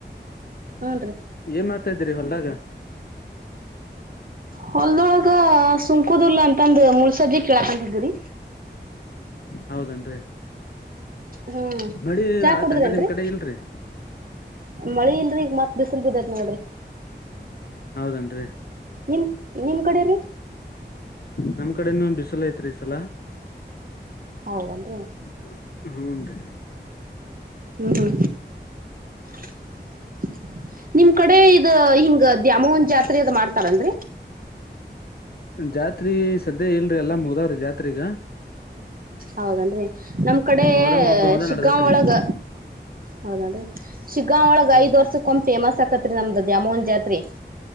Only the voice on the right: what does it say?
ಹ್ನ್ ರರಿ
ಹೊಲ್ದೊಳಗ ಸುಂಕುದಲ್ಲ ಅಂತಂದ ಮೂಳ್ಸಜ್ಜಿ ಕೇಳಾಕಂತಿದ್ರಿ
ಹ್ಮ್
ಚಾ
ಕುಡುದ್ರೇನ್ರರಿ
ಮಳಿ ಇಲ್ರಿೀ ಈಗ ಮತ್ ಬಿಸಲು ಬಿದ್ದತ್ ನೋಡ್ರಿ
ನಿಮ ನಿಮ್ ಕಡೆ ರೀ
ಹೌದನ್ರಿ
ಹ್ಮ್ ಹ್ಮ <inaudible> ನಿಮ್ ಕಡೆ ಇದ ಹಿಂಗ ದ್ಯಾಮೋವಹನ್ ಜಾತ್ರೆ ಅದು ಮಾಡ್ತಾರನ್ರರಿ
ಹೌದನ್ರಿ ನಮ್ ಕಡೆ
ಶಿಗ್ಗಂ
ಒಳಗ
ಹೌದೇನ್್ರೀ ಶಿಗಾ ಒಳಗೆ
ಐದ್ ವರ್ಷಕ್ಕೆ ಒ್ ಫೇಮಸ್ ಆಗ್ತ ತ್ರಿ ನಮ್ದ ದ್ಯಾಮವನ್ ಜಾತ್ರಿ